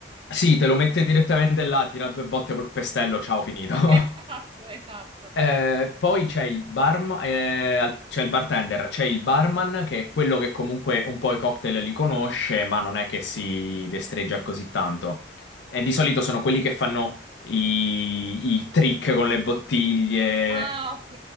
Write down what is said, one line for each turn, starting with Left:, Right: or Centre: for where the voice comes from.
Left: sì, te lo mette direttamente là, tira due botte col pestello, ciao, finito.
Right: <laughs>
Left: <laughs>
Right: Esatto, esatto.
Left: Eh, poi c'è il barm- eh, al- c'è il bartender, c'è il barman che è quello che comunque un po' i cocktail li conosce, ma non è che si destreggia così tanto. E di solito sono quelli che fanno i, i trick con le bottiglie.
Right: Ah, ok,